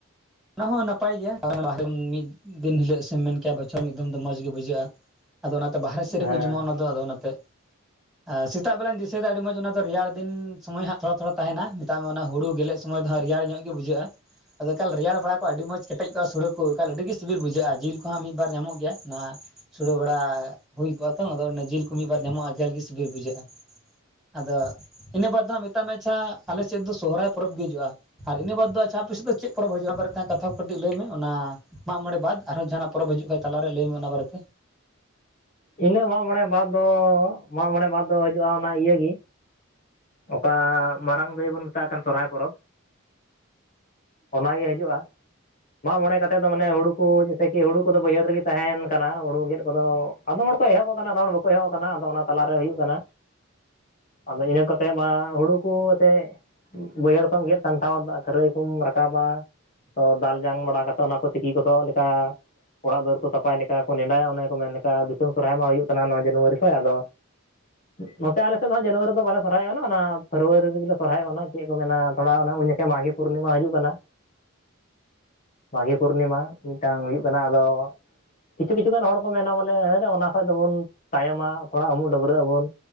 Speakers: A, in the centre; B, on the left (about 40°).
A: ᱚᱱᱟ ᱦᱚᱸ ᱱᱟᱯᱟᱭ ᱜᱮᱭᱟ ᱵᱟᱦᱨᱮ ᱢᱤᱫ ᱫᱤᱱ ᱦᱤᱞᱳᱜ ᱥᱮᱢ ᱢᱮᱱ ᱠᱮᱭᱟ ᱵᱚᱪᱷᱚᱨ ᱢᱤᱫᱢ ᱫᱚ ᱢᱚᱸᱡᱽ ᱜᱮ ᱵᱩᱡᱷᱟᱹᱜᱼᱟ᱾ ᱟᱫᱚ ᱚᱱᱟᱛᱮ ᱵᱟᱦᱨᱮ ᱥᱮᱫ
B: ᱦᱮᱸ
A: ᱨᱮᱠᱚ ᱡᱚᱢᱟᱼᱟ ᱚᱱᱟ ᱫᱚ ᱟᱫᱚ ᱚᱱᱟᱛᱮ᱾ ᱟᱨ ᱥᱮᱛᱟᱜ ᱵᱮᱞᱟᱧ ᱫᱤᱥᱟᱹᱭᱮᱫᱟ ᱟᱹᱰᱤ ᱢᱚᱸᱡᱽ ᱚᱱᱟ ᱫᱚ ᱨᱮᱭᱟᱲ ᱫᱤᱱ ᱥᱚᱢᱚᱭ ᱦᱟᱜ ᱛᱷᱚᱲᱟ ᱛᱷᱚᱲᱟ ᱛᱟᱦᱮᱱᱟ᱾ ᱛᱟ ᱚᱱᱟ ᱦᱩᱲᱩ ᱜᱮᱞᱮ ᱥᱚᱢᱚᱭ ᱫᱚ ᱦᱟᱸᱜ ᱨᱮᱭᱟᱲ ᱧᱚᱜ ᱜᱮ ᱵᱡᱷᱟᱹᱜᱼᱟ ᱟᱫᱚ ᱮᱠᱟᱞ ᱨᱮᱭᱟᱲ᱾ ᱵᱟ ᱵᱟᱲᱟ ᱠᱚ ᱟᱹᱰᱤ ᱢᱚᱡᱽ ᱠᱮᱴᱮᱡ ᱠᱚᱼᱟ ᱥᱩᱲᱟᱹ ᱠᱚ ᱮᱱᱠᱷᱟᱱ ᱟᱹᱰᱤ ᱜᱮ ᱥᱤᱵᱤᱞ ᱵᱩᱡᱷᱟᱹᱜᱼᱟ ᱡᱤᱞ ᱠᱚᱦᱚᱸ ᱢᱤᱫ ᱵᱟᱨ ᱧᱟᱢᱚᱜ ᱜᱮᱭᱟ ᱱᱚᱣᱟ᱾ ᱥᱩᱲᱟᱹ ᱵᱟᱲᱟ ᱦᱩᱭ ᱠᱚᱜᱼᱟ ᱛᱚ ᱟᱫᱚᱰᱮ ᱡᱤᱞ ᱠᱚ ᱢᱤᱫᱵᱟᱨ ᱧᱟᱢᱚᱜᱼᱟ ᱮᱠᱟᱞᱜᱮ ᱥᱤᱵᱤᱞ ᱵᱩᱡᱷᱟᱹᱜᱼᱟ᱾ ᱟᱫᱚ ᱤᱱᱟᱹ ᱵᱟᱫ ᱫᱚ ᱢᱮᱛᱟᱜ ᱢᱮ ᱪᱷᱟ ᱟᱞᱮ ᱥᱮᱫ ᱫᱚ ᱥᱚᱨᱦᱟᱭ ᱯᱚᱨᱚᱵᱽ ᱜᱮ ᱦᱤᱡᱩᱜᱼᱟ᱾ ᱟᱨ ᱤᱱᱟᱹ ᱵᱟᱫᱽ ᱫᱚ ᱟᱪᱷᱟ ᱟᱯᱮ ᱥᱮᱡ ᱫᱚ ᱪᱮᱫ ᱯᱚᱨᱚᱵᱽ ᱦᱩᱭᱩᱜᱼᱟ᱾ ᱢᱤᱫ ᱠᱟᱛᱷᱟ ᱠᱚ ᱠᱟᱹᱴᱤᱡ ᱞᱟᱹᱭ ᱢᱮ ᱚᱱᱟ ᱢᱟᱜ ᱢᱚᱬᱮ ᱵᱟᱫ ᱟᱨᱦᱚᱸ ᱡᱟᱦᱟᱱᱟᱜ ᱯᱚᱨᱚᱵᱽ ᱦᱤᱡᱩᱜ ᱠᱷᱟᱱ ᱛᱟᱞᱟᱨᱮ ᱞᱟᱹᱭ ᱢᱮ ᱚᱱᱟ ᱵᱟᱨᱮᱛᱮ᱾
B: ᱤᱱᱟᱹᱜ ᱢᱟᱜ ᱢᱚᱬᱮ ᱵᱟᱫᱽ ᱫᱚ ᱢᱟᱜ ᱢᱚᱬᱮ ᱵᱟᱫᱽ ᱫᱚ ᱦᱤᱡᱩᱜᱼᱟ ᱚᱱᱟ ᱤᱭᱟᱹ ᱜᱮ᱾ ᱚᱠᱟ ᱢᱟᱨᱟᱝ ᱫᱟᱹᱭ ᱵᱚᱱ ᱢᱮᱛᱟᱜ ᱠᱟᱱ ᱥᱚᱨᱦᱟᱹᱭ ᱯᱚᱨᱚᱵᱽ ᱚᱱᱟᱜᱮ ᱦᱤᱡᱩᱜᱼᱟ᱾ ᱢᱟᱜ ᱢᱚᱬᱮ ᱠᱟᱛᱮᱫ ᱫᱚ ᱢᱟᱱᱮ ᱦᱩᱲᱩ ᱠᱚ ᱡᱮᱭᱥᱮ ᱠᱤ ᱦᱩᱲᱩ ᱠᱚᱫᱚ ᱵᱟᱹᱭᱦᱟᱹᱲ ᱨᱮᱜᱮ ᱛᱟᱦᱮᱱ ᱠᱟᱱᱟ ᱦᱩᱲᱩ ᱜᱮᱫ ᱠᱚᱫᱚ᱾ ᱟᱫᱚᱢ ᱦᱚᱲ ᱠᱚ ᱮᱦᱚᱵ ᱟᱠᱟᱱᱟ ᱟᱫᱚᱢ ᱦᱚᱲ ᱵᱟᱠᱚ ᱮᱦᱚᱵ ᱟᱠᱟᱱᱟ ᱟᱫᱚ ᱚᱱᱟ ᱛᱟᱞᱟᱨᱮ ᱦᱩᱭᱩᱜ ᱠᱟᱱᱟ᱾ ᱟᱫᱚ ᱤᱱᱟᱹ ᱠᱚᱛᱮ ᱢᱟ ᱦᱩᱲᱩ ᱠᱚ ᱮᱛᱮᱜ᱾ ᱵᱟᱹᱭᱦᱟᱹᱲ ᱠᱚᱢ ᱜᱮᱫ ᱥᱟᱢᱴᱷᱟᱣᱟ ᱠᱷᱟᱹᱨᱟᱹᱭ ᱠᱚᱢ ᱨᱟᱠᱟᱵᱟ ᱛᱚ ᱫᱟᱞ᱾ ᱡᱟᱝ ᱵᱟᱲᱟ ᱠᱟᱛᱮ ᱚᱱᱟ ᱠᱚ ᱛᱤᱠᱤ ᱠᱚᱥᱚᱜ ᱞᱮᱠᱟ᱾ ᱚᱲᱟᱜ ᱫᱩᱣᱟᱹᱨ ᱠᱚ ᱥᱟᱯᱟᱭ ᱞᱮᱠᱟ ᱠᱚ ᱱᱮᱰᱟᱭᱟ ᱚᱱᱮ ᱠᱚ ᱢᱮᱱ ᱞᱮᱠᱟ ᱫᱤᱥᱚᱢ ᱥᱚᱨᱦᱟᱭ ᱢᱟ ᱦᱩᱭᱩᱜ ᱠᱟᱱᱟ ᱱᱚᱭ ᱡᱟᱱᱩᱣᱟᱨᱤ ᱠᱷᱚᱱᱚᱡ ᱟᱫᱚ᱾ ᱱᱚᱛᱮ ᱟᱞᱮ ᱥᱮᱫ ᱫᱚ ᱦᱟᱜ ᱡᱟᱱᱩᱣᱟᱨᱤ ᱫᱚ ᱵᱟᱞᱮ ᱥᱚᱨᱦᱟᱸᱭᱚᱜ ᱠᱟᱱᱟ ᱚᱱᱟ ᱯᱷᱮᱵᱽᱨᱩᱭᱟᱨᱤ ᱨᱮᱜᱮ ᱥᱚᱨᱦᱟᱹᱭᱚᱜᱼᱟ᱾ ᱪᱮᱫ ᱠᱚ ᱢᱮᱱᱟ ᱛᱷᱚᱲᱟ ᱩᱱ ᱡᱚᱠᱷᱟᱱ ᱢᱟᱜᱷᱤ ᱯᱩᱨᱱᱤᱢᱟ ᱦᱤᱡᱩᱜ ᱠᱟᱱᱟ᱾ ᱢᱟᱜᱮ ᱯᱩᱨᱱᱤᱢᱟ ᱢᱤᱫᱴᱟᱝ ᱦᱩᱭᱩᱜ ᱠᱟᱱᱟ ᱟᱫᱚ ᱠᱤᱪᱷᱩ ᱠᱤᱪᱷᱩ ᱜᱟᱱ ᱦᱚᱲ ᱠᱚ ᱢᱮᱱᱟ ᱵᱚᱞᱮ ᱦᱮᱴ ᱚᱱᱟ ᱠᱷᱚᱱ ᱫᱚᱵᱚᱱ ᱛᱟᱭᱚᱢᱟ ᱛᱷᱚᱲᱟ ᱩᱢᱩᱜ ᱰᱟᱹᱵᱨᱟᱹᱜ ᱟᱵᱚᱱ᱾